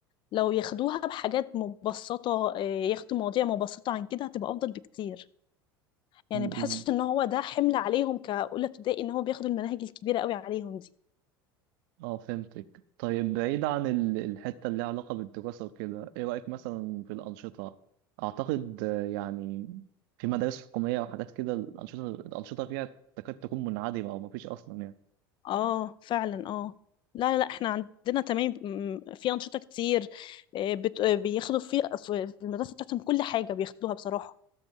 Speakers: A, on the left (about 40°); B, on the right (about 65°).
A: لو ياخدوها بحاجات مبسطة آه، ياخدوا مواضيع مبسطة عن كده هتبقى أفضل بكتير يعني
B: م-
A: بحس
B: م.
A: إن هو ده حمل عليهم كأولى ابتدائي إن هو بياخدوا المناهج الكبيرة قوي عليهم دي
B: اه فهمتك طيب بعيد عن ال- الحتة اللي لها علاقة بالدراسة وكده ايه رأيك مثلا في الأنشطة أعتقد آه، يعني في مدارس حكومية وحاجات كده الأنشطة الأنشطة فيها تكاد تكون منعدمة أو مفيش أصلا يعني
A: اه فعلا اه لا لا احنا عندنا تمام م- في انشطه كتير آه، بت... آه، بياخدوا في في في المدرسه بتاعتهم كل حاجه بياخدوها بصراحه